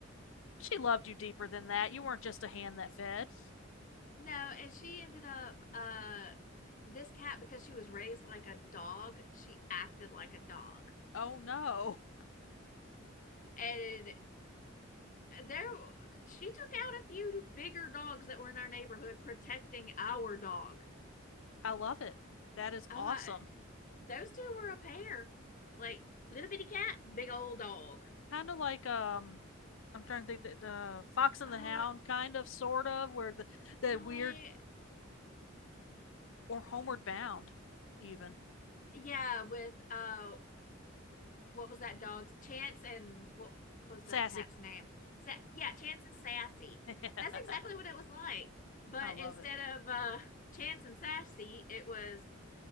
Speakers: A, on the left (about 75°); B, on the left (about 40°).
A: She loved you deeper than that. You weren't just a hand that fed.
B: no, and she ended up uh this cat because she was raised like a dog, she acted like a dog.
A: Oh no.
B: And there she took out a few bigger dogs that were in our neighborhood protecting our dog.
A: I love it. That is
B: Oh,
A: awesome.
B: I, those two were a pair. Like little bitty cat, big old dog.
A: Kind of like um, I'm trying to think that the Fox and
B: Oh,
A: the Hound, kind of, sort of, where the the
B: in a
A: weird
B: way,
A: or Homeward Bound, even
B: yeah, with uh what was that dog's chance and what was that
A: sassy.
B: cat's name? Sa- yeah, Chance and Sassy.
A: <laughs>
B: That's exactly what it was like. But
A: I love
B: instead
A: it.
B: of uh Chance and Sassy, it was